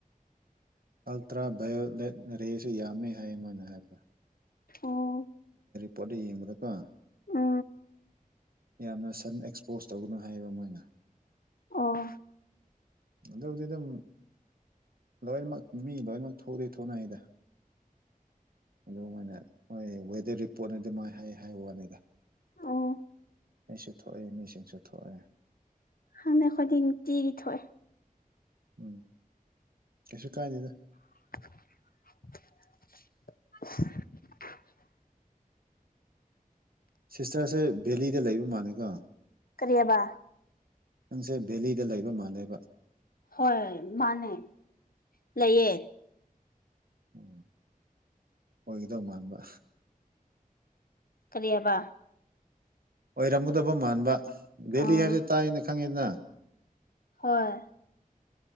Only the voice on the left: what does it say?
ꯑꯣ
ꯑ
ꯑꯣ
ꯑꯣ
ꯍꯪꯅ ꯈꯗꯤ ꯇꯤꯔꯤ ꯊꯣꯏ
<unintelligible>
ꯀ꯭ꯔꯤꯕ
ꯍꯣꯏ ꯃꯥꯅꯦ ꯂꯩꯌꯦ
ꯀꯔꯤꯑꯕ
ꯑꯥ
ꯍꯣꯏ